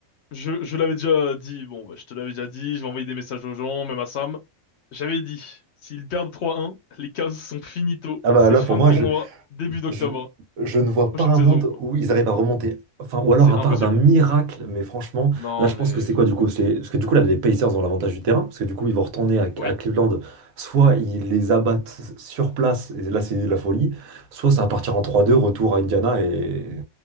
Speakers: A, on the left; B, on the right.
A: je, je l'avais déjà dit. Bon, bah, je te l'avais déjà dit. Je vais envoyer des messages aux gens, même à Sam. J'avais dit, s'ils perdent 3-1, les Cavs sont finito.
B: Ah, bah
A: C'est
B: là,
A: fin
B: pour moi,
A: de tournoi,
B: je,
A: début d'octobre.
B: Je, je ne vois
A: Prochaine
B: pas un
A: saison,
B: monde
A: quoi.
B: où ils arrivent à remonter. Enfin, ou alors
A: C'est
B: à
A: impossible.
B: part d'un miracle, mais franchement,
A: Non,
B: là je
A: mais...
B: pense que c'est quoi du coup? C'est, parce que du coup là les Pacers ont l'avantage du terrain, parce que du coup ils vont retourner à,
A: Oui.
B: à Cleveland, soit ils les abattent sur place, et là c'est la folie, soit ça va partir en trois deux retour à Indiana, et